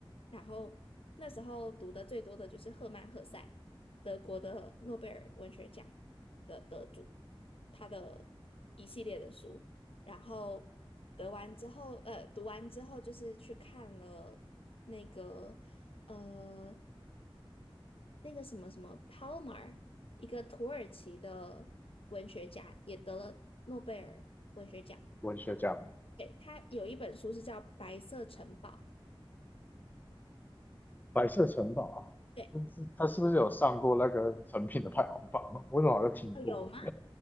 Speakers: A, on the left (about 75°); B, on the left (about 20°).
A: 然后那时候读的最多的就是赫曼·赫塞，德国的诺贝尔文学奖的得主，他的一系列的书。然后得完之后，呃，读完之后就是去看了那个呃那个什么什么 Palmer，一个土耳其的文学家，也得了诺贝尔文学奖。
B: 文学奖
A: 对，他有一本书是叫《白色城堡》。
B: 《白色城堡》啊，
A: 对，
B: 嗯他是不是有上过那个成品的排行榜？我怎么好像听过？
A: 哦有吗？